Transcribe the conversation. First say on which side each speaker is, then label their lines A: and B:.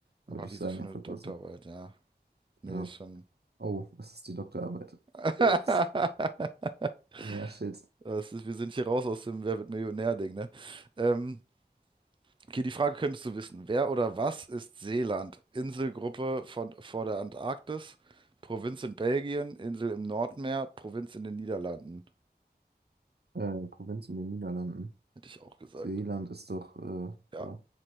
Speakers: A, on the right; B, on the right.
A: Aber
B: würde ich
A: wieso
B: sagen,
A: für
B: erfolglose.
A: eine Doktorarbeit? Ja, nee,
B: Ja.
A: ist schon.
B: Oh, es ist die Doktorarbeit.
A: <laughs>
B: Ups. Ja, shit.
A: Das ist, wir sind hier raus aus dem Wer wird Millionär-Ding, ne? Ähm, okay, die Frage könntest du wissen. Wer oder was ist Seeland? Inselgruppe von, vor der Antarktis, Provinz in Belgien, Insel im Nordmeer, Provinz in den Niederlanden.
B: Äh, Provinz in den Niederlanden.
A: Hätte ich auch gesagt.
B: Seeland ist doch, äh,
A: Ja,
B: da